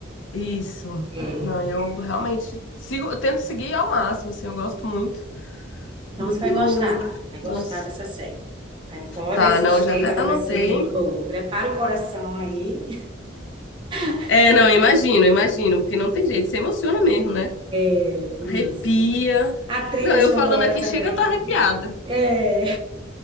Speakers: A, on the left (about 70°); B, on the right (about 25°).
A: Isso.
B: É.
A: Não, eu realmente sigo, eu tento seguir ao máximo, assim, eu gosto muito,
B: Então
A: muito.
B: você vai gostar, vai gostar
A: Nossa.
B: dessa série. Vai- Pode
A: Tá,
B: assistir,
A: não, já até
B: que ela
A: anotei.
B: vai ser muito boa. Prepara o coração aí. <laughs>
A: É,
B: que
A: não,
B: é
A: imagino, imagino, porque não tem jeito, você emociona mesmo, né?
B: é isso.
A: Arrepia.
B: A trilha
A: Não, eu
B: sonora
A: falando aqui,
B: também.
A: chega, eu tô arrepiada.
B: É,